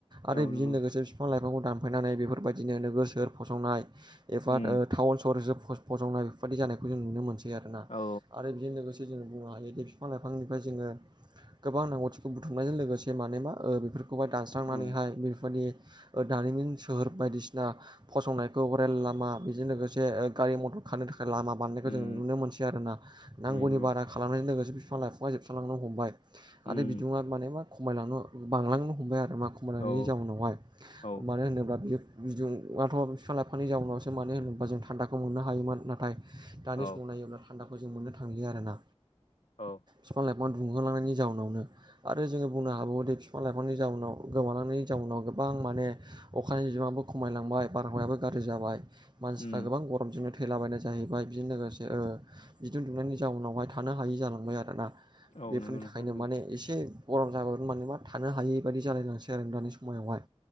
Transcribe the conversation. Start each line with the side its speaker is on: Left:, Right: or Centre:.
Right: आरो
Left: औ
Right: बेजों
Left: नंगौ
Right: लोगोसे बिफां लाइफांखौ दानफायनानै बेफोरबायदिनो नोगोर सोहोर फसंनाय एफार
Left: उम
Right: टाउन सहरजों फसंनाय बेफोरबायदि जानायखौ जों नुनो मोनसै आरोना
Left: औ
Right: आरो बेजों लोगोसे जोङो बुंनो हायो दे बिफां लाइफांनिफ्राय जोङो गोबां नांगौथिखौ बुथुमनायजों लोगोसे माने मा ओ बेफोरखौहाय दानस्रांनानैहाय
Left: उम
Right: बेफोरबायदि ओ दारिमिन सोहोर बायदिसिना फसंनायखौ रेल लामा बेजों लोगोसे ओ गारि मटर खारनो थाखाय लामा बानायनायखौ
Left: उम
Right: जों नुनो मोनसै आरोना नांगौनि
Left: बेनो बे
Right: बारा खालामनायजों लोगोसे बिफां लाइफाङा जोबस्रांलांनो हमबाय आरो
Left: उम
Right: बिदुङा माने मा खमायलांनो बांलांनो हमबाय आरो मा मोनानि
Left: औ
Right: जाउनावहाय
Left: औ
Right: मानो होनोब्ला बियो बिदुंआथ बिफां लाइफांनि जाउनावसो मानो होनबा जों थान्दाखौ मोननो हायोमोन नाथाय दानि
Left: औ
Right: समाव नायोब्ला थान्दाखौ जों मोननो थांलिया आरोना
Left: औ
Right: बिफां लाइफां दुंहोलांनायनि जाउनावनो आरो जोङो बुंनो हाबावोदि बिफां लाइफांनि जाउनाव गोमालांनायनि जाउनाव गोबां माने अखानि बिबाङाबो खमायलांबाय बारहावायाबो गाज्रि जाबाय मानसिफ्रा
Left: उम
Right: गोबां गरमजों थैलाबायनाय जाहैबाय बिजों लोगोसे ओ बिदुं दुंनायनि जाउनावहाय थानो हायि जालांबाय आरोना
Left: औ
Right: बेफोरनि
Left: नंगौ नोंथां
Right: थाखायनो
Left: नंगौ
Right: माने एसे गरम जाबोगोन मानोबा थानो हायै बादि जालायलांसै आरो दानि समायावहाय